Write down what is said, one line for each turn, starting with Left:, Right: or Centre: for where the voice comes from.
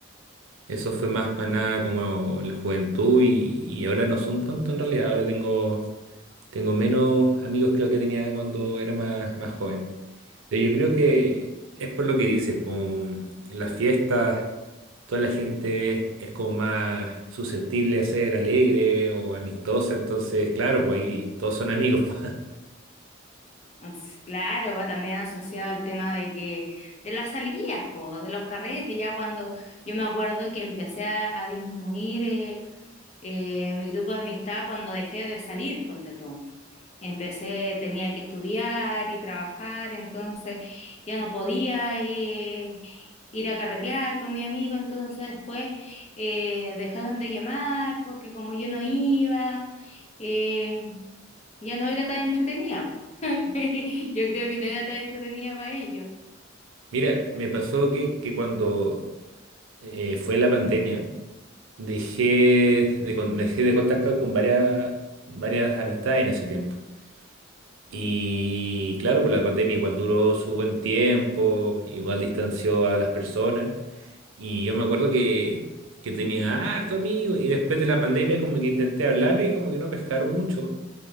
Right: Eso fue más para nada como en la juventud y, y ahora no son tanto en realidad. Ahora tengo Tengo menos amigos que lo que tenía cuando era más, más joven. Pero yo creo que es por lo que dices, po, en las fiestas toda la gente es como más susceptible a ser alegre o amistosa, entonces claro, pues ahí todos son amigos. po. <laughs>
Left: Pues, Claro, va también asociado al tema de que de las salidas, po, de los carretes, ya cuando yo me acuerdo que empecé a, a disminuir eh, eh, mi grupo de amistad cuando dejé de salir, ponte tú. Empecé, tenía que estudiar y trabajar, entonces ya no podía eh, ir a carretear con mi amigo, entonces después eh, dejaron de llamar porque como yo no iba, eh, ya no era tan entretenida. <laughs> Yo creo que no era tan entretenida para ellos.
Right: Mira, me pasó que, que cuando eh, fue la pandemia, dejé de, con- me dejé de contactar con varias, varias amistades en ese tiempo. Y claro, pues la pandemia igual duró su buen tiempo, igual distanció a las personas. Y yo me acuerdo que, que tenía harto amigo y después de la pandemia como que intenté hablarle y como que no pescaron mucho.